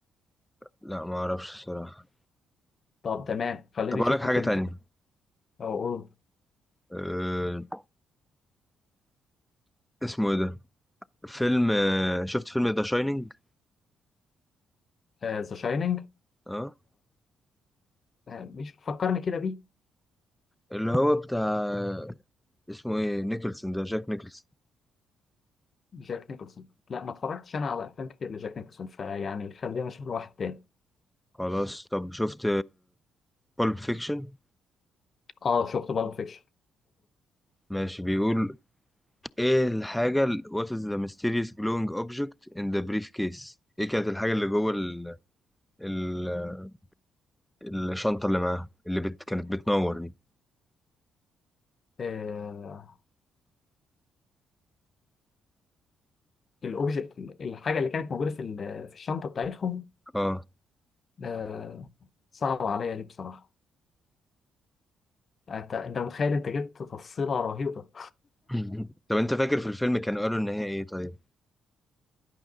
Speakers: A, in the centre; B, on the left (about 40°).
A: لا ما اعرفش الصراحة
B: طب تمام خليني
A: طب
B: اشوف
A: اقول لك حاجة
B: لي فيلم
A: تانية
B: تاني او اقول
A: أه... اسمه ايه ده فيلم آه، شفت فيلم ذا شاينينج
B: ذا شايننج
A: اه
B: مش فكرني كده بيه
A: اللي هو بتاع اسمه ايه نيكلسون ده جاك نيكلسون
B: جاك نيكلسون لا ما اتفرجتش انا على افلام كتير لجاك نيكلسون فيعني خلينا اشوف له واحد تاني
A: خلاص طب شفت بالب فيكشن
B: اه شفت بالب فيكشن
A: ماشي بيقول ايه الحاجة ال- what is the mysterious glowing object in the briefcase ايه كانت الحاجة اللي جوه ال... ال... الشنطة اللي معاها اللي بت... كانت بتنور دي
B: آه الاوبجكت الحاجه اللي كانت موجوده في ال- في الشنطه بتاعتهم
A: اه
B: آه صعبه عليا دي بصراحه انت انت متخيل انت جبت تفصيله رهيبه
A: <laughs> طب انت فاكر في الفيلم كانوا قالوا ان هي ايه طيب